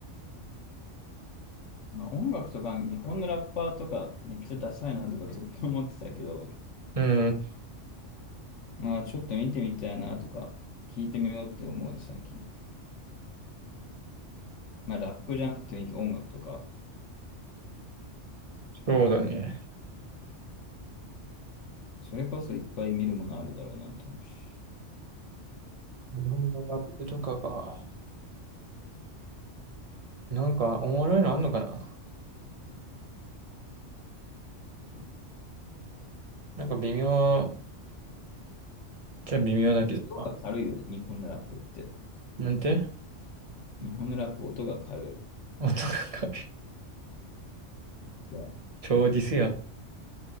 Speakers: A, on the left; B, on the right.
A: まあ音楽とか、日本のラッパーとか、めっちゃダサいなとかずっと思ってたけど、
B: うん、
A: まあちょっと見てみたいなとか、聞いてみようって思うね、最近。まあラップじゃなくてい音楽とか、
B: そうだね。
A: それこそいっぱい見るものあるだろうなと思うし。
B: 日本のラップとかが、なんかおもろいのあんのかな
A: ま
B: なんか微妙、じゃ微妙だけど、
A: あ音が軽いよね、
B: あ、
A: 日本のラップって。
B: なんて
A: 日本のラップ音が軽
B: 音がかる。
A: い。じゃあ
B: 超ディスやん。